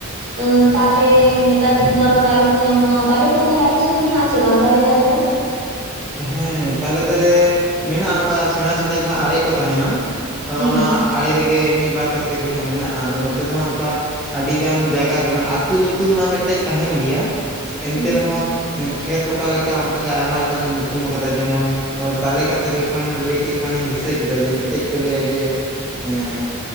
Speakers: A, on the right (about 55°); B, in the centre.
A: ᱮᱸ ᱛᱟᱞᱮ ᱱᱮᱛᱟᱨ ᱫᱤᱱ ᱫᱚ ᱟᱨᱦᱚᱸ ᱛᱟᱞᱮ ᱠᱚ ᱧᱟᱢᱚᱜᱼᱟ᱾ᱛᱟᱞᱮ ᱠᱚᱫᱚ ᱛᱟᱦᱚᱞᱮ ᱟᱯᱮ ᱥᱮᱜ ᱫᱚ ᱢᱮᱱᱟᱜ ᱟᱥᱮ ᱵᱟᱝ ᱛᱟᱞᱮ ᱫᱟᱨᱮ ᱠᱚ?
B: ᱦᱮᱸ ᱛᱟᱞᱮ ᱫᱟᱨᱮ ᱢᱮᱱᱟᱜᱼᱟ ᱚᱱᱠᱟ ᱥᱮᱬᱟ ᱥᱮᱬᱟ ᱡᱟᱦᱟᱸ ᱟᱲᱮ ᱠᱚ ᱛᱟᱦᱮᱸᱱᱟ᱾ ᱟᱫᱚ
A: ᱦᱩᱸ
B: ᱚᱱᱟ ᱟᱲᱮ ᱨᱮᱜᱮ ᱢᱤᱫ ᱵᱟᱨ ᱠᱟ ᱠᱟᱛᱮᱜ ᱜᱮ ᱦᱟᱸᱜ ᱢᱮᱱᱟᱜᱼᱟ ᱟᱫᱚ ᱱᱚᱛᱮ ᱫᱚ ᱦᱟᱸᱜ ᱚᱝᱠᱟ ᱟᱹᱰᱤᱜᱟᱱ ᱡᱟᱭᱜᱟ ᱜᱮ ᱢᱟᱱᱮ ᱟᱹᱛᱩ ᱧᱩᱛᱩᱢ ᱢᱟ ᱢᱤᱜᱴᱮᱜ ᱛᱟᱦᱮᱸᱱ ᱜᱮᱭᱟ᱾ ᱮᱱᱛᱮ
A: ᱦᱩᱸ
B: ᱨᱮᱦᱚᱸ ᱠᱷᱮᱛ ᱚᱠᱟ ᱞᱮᱠᱟ, ᱚᱱᱠᱟ ᱜᱮ ᱟᱭᱢᱟ ᱞᱮᱠᱟ ᱚᱱᱠᱟ ᱠᱚ ᱧᱩᱛᱩᱢ ᱠᱟᱫᱟ ᱡᱮᱢᱚᱱ ᱱᱚᱜᱼᱚᱭ ᱛᱟᱞᱮ ᱠᱟᱛᱷᱟ ᱡᱚᱠᱷᱚᱱ ᱞᱟᱹᱭ ᱠᱮᱜ ᱠᱷᱟᱱᱤᱧ ᱫᱤᱥᱟᱹ ᱠᱮᱫᱟ ᱡᱮ ᱢᱤᱜᱴᱮᱜ ᱠᱚ ᱞᱟᱹᱭᱟ ᱡᱮ, ᱮᱸ